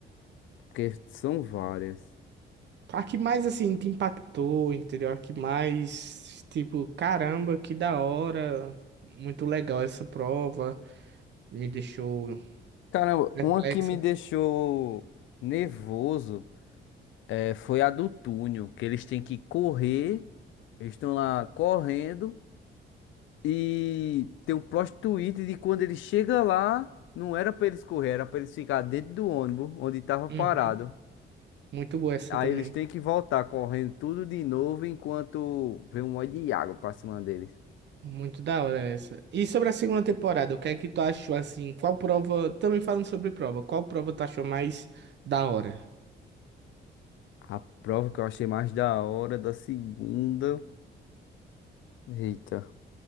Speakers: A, on the left (about 75°); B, on the right (about 60°).
A: Porque são várias.
B: A que mais assim te impactou, entendeu? A que mais, tipo, caramba, que da hora. Muito legal essa prova. Me deixou
A: Caramba,
B: perplexo.
A: uma que me deixou nervoso é, foi a do túnel, que eles têm que correr, eles estão lá correndo. E tem um plot twist de quando ele chega lá, não era pra eles correr, era pra eles ficar dentro do ônibus onde tava parado.
B: Uhum. Muito boa essa
A: Aí
B: também.
A: eles têm que voltar correndo tudo de novo enquanto vem um monte de água pra cima deles.
B: Muito da hora essa. E sobre a segunda temporada, o que é que tu achou assim? Qual prova, também falando sobre prova, qual prova tu achou mais da hora?
A: A prova que eu achei mais da hora da segunda. Eita.